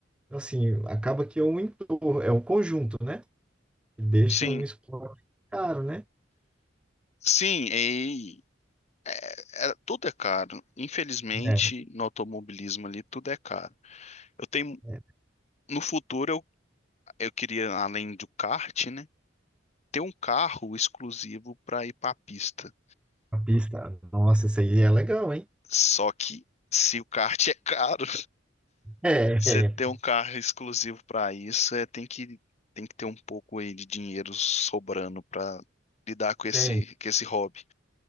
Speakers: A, in the centre; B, on the left (about 35°).
A: então, assim, acaba que é um entorno, é um conjunto, né? Que deixa
B: Sim,
A: um esporte caro, né?
B: sim, e, é- tudo é caro. Infelizmente,
A: É,
B: no automobilismo ali, tudo é caro. Eu tenho,
A: é,
B: no futuro, eu, eu queria, além do kart, né, ter um carro exclusivo para ir para a pista.
A: a pista, nossa, isso aí é legal, hein?
B: Só que se o kart é caro,
A: É, <laughs>
B: Você
A: é,
B: ter um carro exclusivo para isso é tem que tem que ter um pouco aí de dinheiro sobrando para lidar com esse
A: tem,
B: com esse hobby.